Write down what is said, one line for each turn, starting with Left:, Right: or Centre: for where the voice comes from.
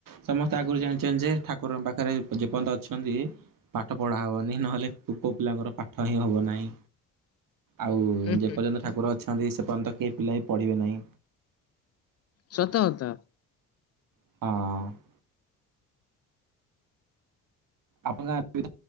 Right: ସମସ୍ତେ ଆଗରୁ ଜାଣିଛନ୍ତି ଯେ, ଠାକୁରଙ୍କ ପାଖରେ ଯେପର୍ଯ୍ୟନ୍ତ ଅଛନ୍ତି ପାଠ ପଢା ହବ ନହେଲେ ପୁଅପିଲାଙ୍କର ପାଠ ହିଁ ହବ ନାହିଁ। ଆଉ
Left: ଉଁ
Right: ଯେପର୍ଯ୍ୟନ୍ତ
Left: ହୁଁ
Right: ଠାକୁର ଅଛନ୍ତି ସେପର୍ଯ୍ୟନ୍ତ କେହି ପିଲା ବି ପଢ଼ିବେ ନାହିଁ।
Left: ସତକଥା।
Right: ହଁ। ଆପଣ ଗାଁରେ